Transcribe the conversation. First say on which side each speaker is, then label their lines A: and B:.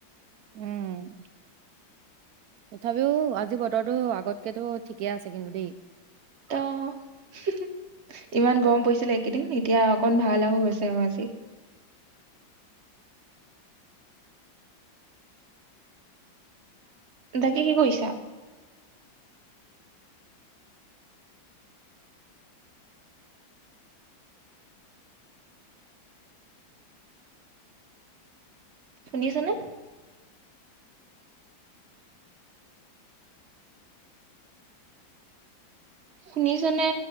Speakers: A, on the right; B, on the right.
A: উম। তথাপিও আজি বতৰটো আগতকেতো ঠিকে আছে কিন্তু দেই।
B: ত' ইমান গৰম পৰিছিলে এইকেইদিন, এতিয়া অকন ভাল আৰু হৈছে আৰু আজি। বাকী কি কৰিছাঁ? শুনিছা আছা নে? শুনিছানে?